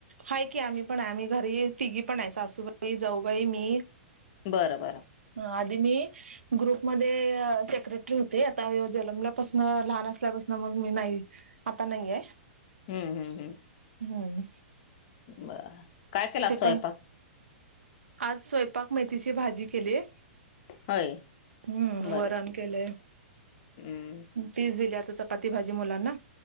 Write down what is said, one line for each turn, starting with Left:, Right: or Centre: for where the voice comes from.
Right: हाये की आम्ही पण आहे. आम्ही घरी तिघी पण आहे. सासूबाई जाऊबाई मी.
Left: बरं बरं.
Right: ह, आधी मी ग्रुपमध्ये सेक्रेटरी होते. आता हो जन्मल्यापासन, लहान असल्यापासन मग मी नाही. अता नाहीये.
Left: हम्म हम्म हम्म.
Right: हम्म.
Left: बरं. काय केला आज
Right: ते
Left: स्वयंपाक?
Right: पण आज स्वयंपाक मेथीची भाजी केलीय.
Left: होय
Right: हम्म
Left: बरं
Right: वरण केलय.
Left: हम्म
Right: तीस दिली आता चपाती भाजी मुलांना.